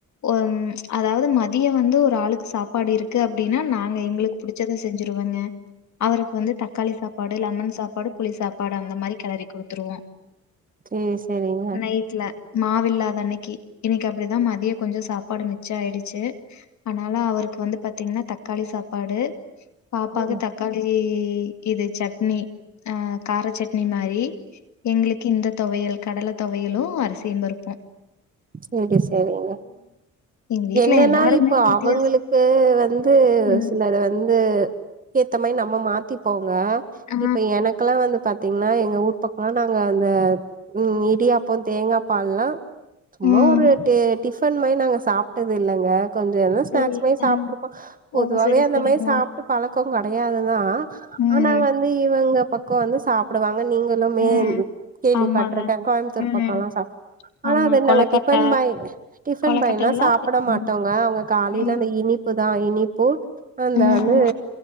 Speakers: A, on the left (about 65°); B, on the right (about 30°).
A: வொம் அதாவது மதிய வந்து ஒரு ஆளுக்கு சாப்பாடு இருக்கு அப்டினா நாங்க எங்ளுக்கு புடிச்சத செஞ்சிருவங்க அவருக்கு வந்து தக்காளி சாப்பாடு லெமன் சாப்பாடு புளி சாப்பாடு அந்த மாரி கெளறி குடுத்துருவோ
B: சேரி சேரிங்க
A: நைட்ல மாவில்லாத அன்னைக்கி இன்னைக்கு அப்டிதா மதியோ கொஞ்சோ சாப்பாடு மிச்சம் ஆயிடுச்சி அனால அவருக்கு வந்து பாத்தீங்கன்னா தக்காளி சாப்பாடு பாப்பாக்கு
B: ம்
A: தக் காளி இது சட்னி ஆ கார சட்னி மாரி எங்களுக்கு இந்த தொவையல் கடலை தொவையலு அரிசியுபருப்பு
B: செரி செரிங்க
A: எங்க வீட்ல
B: என்னன்னா
A: எல்லாருமே
B: இப்ப
A: வித்தியாசம்
B: அவங்களுக்கு வந்து
A: ம்
B: சிலது வந்து ஏத்த மாயி நம்ம மாத்திப்போங்க
A: ஆ
B: இப்ப எனக்கெல்லா வந்து பாத் திங்னா எங்க ஊர் பக்கம்லா நாங்க அந்த ம் இடியாப்பம் தேங்கா பால்லா சும்மா
A: ம்
B: ஒரு டி டிஃபன் மாயி நாங்க சாப்ட்டது இல்லங்க கொஞ்ச எதோ ஸ்நாக்ஸ்
A: சரி
B: மாயி
A: ஆ
B: சாப்ட்ருப்போ பொதுவாவே
A: ஓ சரி
B: அந்த
A: சரிங்க
B: மாயி சாப்ட்டு பழக்கோ கெடையாதுதா
A: ம்
B: ஆனா வந்து இவங்க பக்க வந்து சாப்டுவாங்க நீங்க ளுமேன்
A: ம்
B: கேள்விப்பட்டுருக்கே
A: ஆமாங்க
B: கோயம்புத்தூர்
A: ம்
B: பக்கம்லா சாப் ஆனா
A: ஆமா
B: அத
A: கொலக்கட்ட
B: நாங்க டிபன் மாயி டிபன்
A: கொலக்கட்டை
B: பண்ணிலா
A: எல்லாம்
B: சாப்பட
A: தெ
B: மாட்டோங்க
A: ம்
B: அவங்க காலையில
A: ம்
B: அந்த இட் இனிப்பு தா இனிப்பு அந்த
A: ம்
B: வந்து